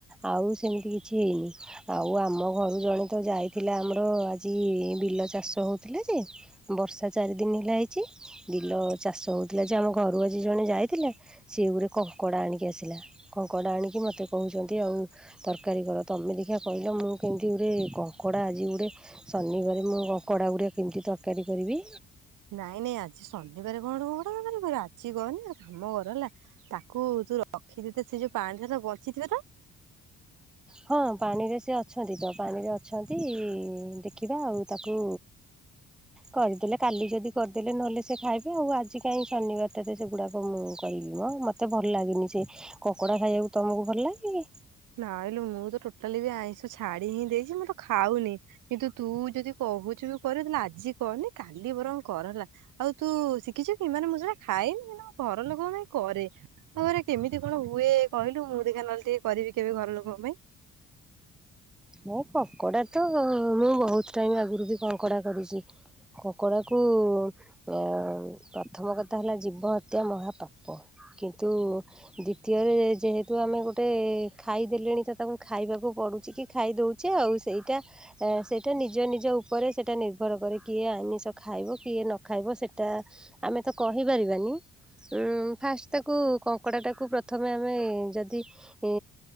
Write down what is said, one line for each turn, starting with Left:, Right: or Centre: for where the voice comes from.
Centre: ଆଉ ସେମିତି କିଛି ହେଇନି। ଆଉ ଆମ ଘରୁ ଜଣେ ତ ଯାଇଥିଲା। ଆମର ଆଜି ବିଲ ଚାଷ ହେଉଥିଲା ଯେ। ବର୍ଷା ଚାରି ଦିନ ହେଲା ହେଇଛି। ବିଲ ଚାଷ ହଉଥିଲା ଯେ ଆମ ଘରୁ ଆଜି ଜଣେ ଯାଇଥିଲା ସିଏ ଗୋଟେ କଙ୍କଡ଼ା ଆଣିକି ଆସିଲା। କଙ୍କଡ଼ା ଆଣିକି ମୋତେ କହୁଛନ୍ତି ଆଉ ତରକାରୀ କର। ତମେ ଦେଖିିବା କହିଲ ମୁଁ କେମି ସେ ଗୋଟେ କଙ୍କଡ଼ା ଆଜି ଗୋଟେ ଶନିବାରେ ମୁଁ ଘରେ ମୁଁ କଙ୍କଡ଼ା ଗୁଡ଼ା କେମିତି ତରକାରୀ କରିବି
Right: ନାଇଁ ନାଇଁ ଆଜି ଶନିବାର କଣ ଗୋଟେ କଙ୍କଡ଼ା ତରକାରୀକରିବୁ। ଆଜି କରନି ଗୋଟେ କାମ କର ହେଲା ତାକୁ ଯୋଉ ରଖିଦେଇଛ ସେ ଯୋଉ ପାଣି ଥିଲା ତ ବଞ୍ଚିଥିବେ ତ?
Centre: ହଁ ପାଣିରେ ସେ ଅ ଅଛନ୍ତି ତ ପାଣିରେ ଅଛନ୍ତି। ଦେଖିବା ଆଉ ତାକୁ କରିଦେଲେ କାଲି ଯଦି କରିଦେଲେ ନହେଲେ ସେ ଖାଇଵେ। ଆଉ ଆଜି କାହିଁ ଶନିବାରଟାରେ ସେଗୁଡ଼ାକ ମୁଁ କରିବି ମ ମୋତେ ଭଲ ଲାଗେନି ସେ କଙ୍କଡ଼ା ଖାଇବାକୁ ତମକୁ ଭଲ ଲାଗେ?
Right: ନାଇଁଲୋ ମୁଁ ତ ଟୋଟାଲି ବି ଆଇଁଷ ଛାଡ଼ି ହିଁ ଦେଇଛି। ମୁଁ ତ ଖାଉନି। କିନ୍ତୁ ତୁ ଯଦି କହୁଛୁ ଯୋଉ କରିବୁ ତାହେଲ ଆଜି କରନି କାଲି ବରଂ କର ହେଲା। ଆଉ ତୁ ଶିଖିଛୁ କି? ମାନେ ମୁଁ ସେଗୁରା ଖାଏନି କିନ୍ତୁ ଘର ଲୋକ ପାଇଁ କରେ। ହଉରେ କେମିତି କଣ ହୁଏ କହିଲୁ? ମୁଁ ଦେଖେ ନହେଲେ ଟିକେ କରିବି କେବେ ଘର ଲୋକଙ୍କ ପାଇଁ।
Centre: ମୁଁ କଙ୍କଡ଼ା ତ ମୁଁ ବହୁତ ଟାଇମ ଆଗରୁ ବି କଙ୍କଡ଼ା କରିଛି। କକଡ଼ାକୁ ଅ ପ୍ରଥମ କଥା ହେଲା? ଜୀବ ହତ୍ୟା ମହାପାପ। କିନ୍ତୁ ଦ୍ଵିତୀୟରେ ଯେହେତୁ ଆମେ ଗୋଟେ ଖାଇଦେଲେଣି ତ ତାକୁ ଖାଇବାକୁ ପଡୁଛି କି ଖାଇଦଉଛେ ଆଉ ସେଇଟା ଅ ସେଇଟା ନିଜ ନିଜ ଉପରେ ସେଇଟା ନିର୍ଭର କରେ କିଏ ଆମିଷ ଖାଇବ କିଏ ନ ଖାଇବ ସେଇଟା ଆମେ ତ କହିପାରିବାନି ଫାଷ୍ଟ ତାକୁ କଙ୍କଡ଼ାଟାକୁ ପ୍ରଥମେ ଆମେ ଯଦି ଏ